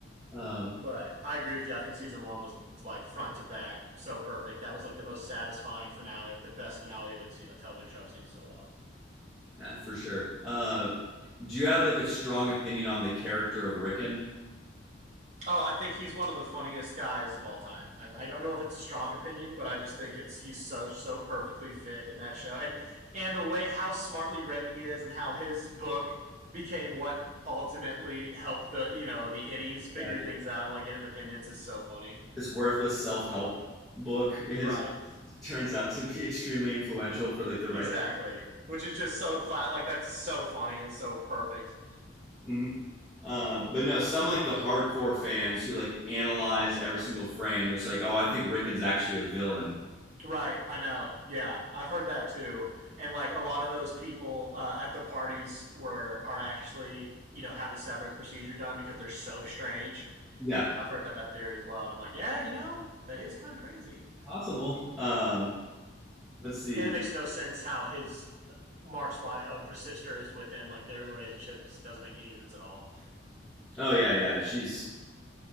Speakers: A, in the centre; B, on the right (about 40°).
A: Um
B: But I agree with you. I think season one was like front to back, so perfect. That was like the most satisfying finale, like the best finale of a, t- a television show I've seen in so long.
A: yeah, for sure. Uh do you have like a strong opinion on the character of Rickon? <laughs>
B: Oh, I think he's one of the funniest guys of all time. I, I don't know if it's a strong opinion, but I just think it's he's so so perfectly fit in that show, and and the way how smartly written he is, and how his book became what ultimately helped the you know the innies figure
A: Yeah,
B: things out and like get independence is so funny.
A: this worthless self-help book is
B: Right.
A: <laughs> turns out to be extremely influential for like the
B: Exactly. Which is just so cla- like that's so funny and so perfect.
A: Mhm. Uh, but no, some like the hardcore fans who like analyze every single frame, they're just like, oh, I think Rickon's actually a villain.
B: Right, I know. Yeah, I've heard that too. And like a lot of those people uh, at the parties were are actually, you know, have the severance procedure done because they're so strange.
A: Yeah,
B: I've heard that theory as well and I'm like, yeah, you know, that is kind of crazy.
A: possible. Um, let's see.
B: And it makes no sense how his uh, Mark's wife, uh, sister is with him. Like their relationship just doesn't make any sense at all.
A: Oh yeah, yeah. She's.